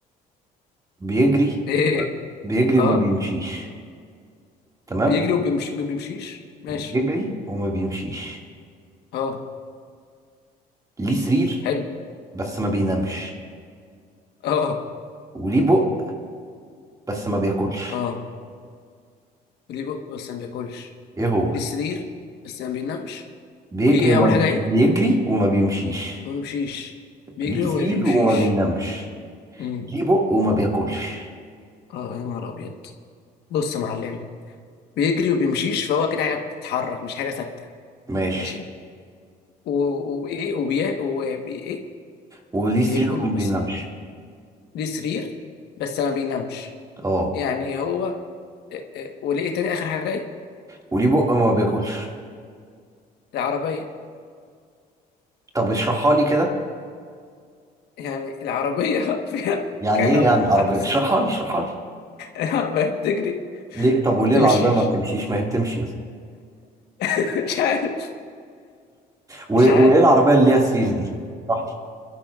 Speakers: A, on the right (about 20°); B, on the left (about 75°).
A: بيجري
B: <laughs> ايه
A: بيجري
B: اه
A: وما بيمشيش تمام
B: بيجري وبيمشي ما بيمشيش ماشي
A: بيجري وما بيمشيش
B: اه
A: ليه سرير
B: حلو
A: بس ما بينامش
B: اه
A: وليه بق بس ما بياكلش
B: اه وليه بق بس ما بياكلش
A: ايه هو
B: ليه سرير بس ما بينامش
A: بيجري
B: وليه ايه
A: وما
B: اول
A: بي...
B: حاجه ايه
A: بيجري وما بيمشيش
B: ما بيمشيش بيجري
A: ليه
B: وما
A: سرير
B: بيمشيش
A: وما بينامش
B: امم
A: ليه بق وما بياكلش
B: اه يا نهار ابيض بص يا معلمي بيجري وبيمشيش فهو كده حاجه بتتحرك مش حاجه ثابته
A: ماشي
B: ماشي و- وايه وبي وبي ايه
A: وليه
B: بياكل
A: سرير وما بينامش
B: بس ليه سرير بس ما بينامش
A: اه
B: يعني هو إيه إيه، ولقي تاني اخر حاجه ايه
A: وليه بق وما بياكلش
B: العربيه
A: طب اشرحها لي كده
B: يعني العربيه <laughs> فيها
A: يعني
B: كنب
A: ايه يعني عربية
B: فدسك
A: اشرحها لي اشرحها لي
B: العربيه بتجري
A: ليه طب وليه
B: ما بتمشيش
A: العربية ما بتمشيش ما هي بتمشي يا اسطى.
B: <laughs> مش عارف
A: و... وايه
B: مش عارف
A: العربية اللي ليها سرير دي براحتي